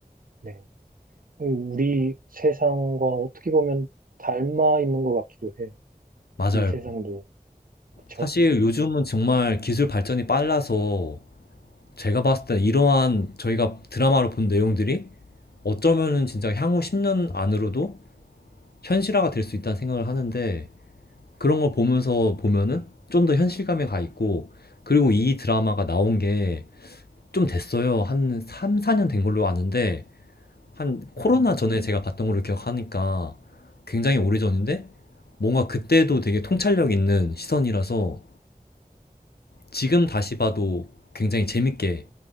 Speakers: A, on the right; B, on the left.
A: 네. 우리 세상과 어떻게 보면 닮아 있는 것 같기도 해요.
B: 맞아요.
A: 이 세상도. 그쵸?
B: 사실 요즘은 정말 기술 발전이 빨라서 제가 봤을 때 이러한 저희가 드라마로 본 내용들이 어쩌면은 진짜 향후 10년 안으로도 현실화가 될 수 있다는 생각을 하는데 그런 걸 보면서 보면은 좀 더 현실감에 가 있고 그리고 이 드라마가 나온 게 좀 됐어요. 한 3, 4년 된 걸로 아는데 한 코로나
A: 음.
B: 전에 제가 봤던 걸로 기억하니까 굉장히 오래전인데 뭔가 그때도 되게 통찰력 있는 시선이라서 지금 다시 봐도 굉장히 재밌게